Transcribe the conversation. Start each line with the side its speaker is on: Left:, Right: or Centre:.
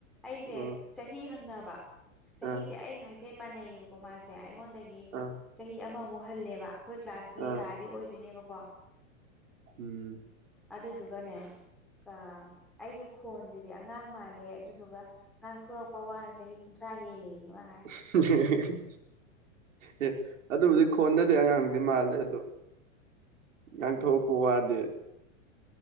Centre: ꯑꯩꯁꯦ
Right: ꯎꯝ
Centre: ꯆꯍꯤ ꯍꯪꯅꯕ ꯆꯍꯤꯁꯦ
Right: ꯑꯥ
Centre: ꯑꯩꯒ ꯍꯥꯏ ꯐꯦ ꯃꯥꯟꯅꯩꯌꯦꯕꯀꯣ ꯃꯥꯁꯦ ꯑꯩꯉꯣꯟꯗꯒꯤ
Right: ꯑ
Centre: ꯆꯍꯤ ꯑꯃꯃꯨꯛ ꯍꯜꯂꯦꯕ ꯑꯩꯈꯣꯏ ꯀ꯭ꯂꯥꯁ
Right: ꯑꯥ
Centre: ꯂꯦꯡꯒꯥꯗꯤ ꯑꯣꯏꯗꯣꯏꯅꯦꯕꯀꯣ
Right: ꯎꯝ꯫
Centre: ꯑꯗꯨꯗꯨꯒꯅꯦ ꯀ ꯑꯩꯒꯤ ꯈꯣꯟꯁꯤꯗꯤ ꯑꯉꯥꯡ ꯃꯥꯜꯂꯦ ꯑꯗꯨꯗꯨꯒ ꯉꯥꯡꯊꯣꯔꯛꯄ ꯋꯥꯅ ꯆꯍꯤ ꯀꯨꯟꯊ꯭ꯔꯥ ꯍꯦꯜꯂꯦꯌꯦ ꯃꯥꯍꯥꯏ
Right: <unintelligible> ꯑꯦ ꯑꯗꯨꯕꯨꯗꯤ ꯈꫭꯟꯗꯗꯤ ꯑꯉꯥꯡꯗꯤ ꯃꯥꯟꯗꯦ ꯑꯗꯨ ꯉꯥꯡꯊꯣꯛꯔꯛꯄ ꯋꯥꯗꯤ